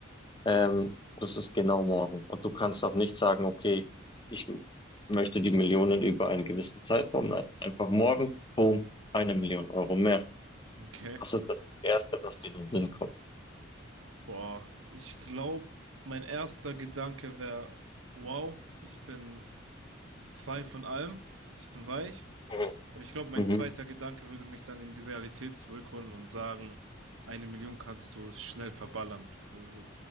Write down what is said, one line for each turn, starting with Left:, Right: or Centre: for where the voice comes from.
Left: Ähm, das ist genau morgen. Und du kannst auch nicht sagen, okay, ich m- möchte die Millionen über einen gewissen Zeitraum. Nein, einfach morgen, boom, eine Million Euro mehr.
Right: okay.
Left: Das ist das Erste, was dir in den Sinn kommt.
Right: Boah, ich glaube, mein erster Gedanke wäre, wow, ich bin frei von allem, ich bin weich.
Left: Mhm.
Right: Aber ich glaube, mein
Left: Mhm.
Right: zweiter Gedanke würde mich dann in die Realität zurückholen und sagen, eine Million kannst du schnell verballern. Also,